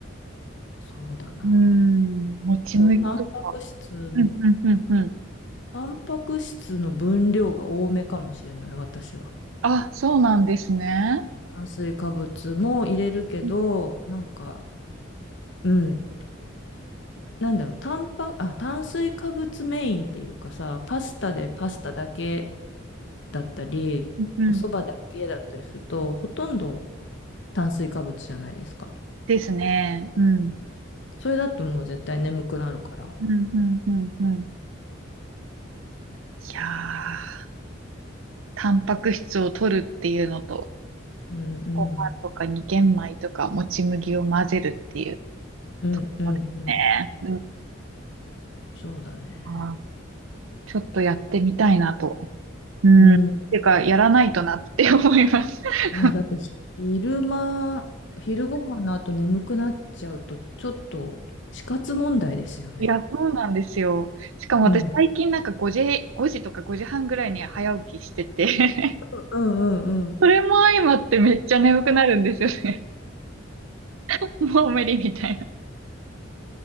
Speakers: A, on the left; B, on the right.
A: そうだな。
B: うん。もち麦とか。
A: 構タンパク質、
B: うん、うん、うん、うん。
A: タンパク質の分量が多めかもしれない、私は。
B: あ、そうなんですね。
A: 炭水化物も入れるけど、
B: うん
A: なんか、うん。なんだろう、タンパ、あ、炭水化物メインっていうかさ、パスタでパスタだけだったり、
B: うん。
A: お蕎麦だけだったりすると、ほとんど炭水化物じゃないですか。
B: ですね。うん。
A: うんそれだともう絶対眠くなるから。
B: うん、うん、うん、うん。いやー。タンパク質を取るっていうのと、
A: うんうん。
B: ご飯とかに玄米とかもち麦を混ぜるっていう
A: うんうんうん。
B: わけですね。うん。
A: そうだね。
B: あーちょっとやってみたいなと。うん。
A: うん。
B: っていうか、やらないとなって思います。<laughs>
A: いや、だって昼間、昼ご飯の後眠くなっちゃうと、ちょっと死活問題ですよね。
B: いや、そうなんですよ。しかも私最近なんか5時、
A: うん。
B: 5時とか5時半ぐらいに早起きしてて <laughs>
A: うんうんうん。
B: それも相まってめっちゃ眠くなるんですよね。<laughs> もう無理みたいな。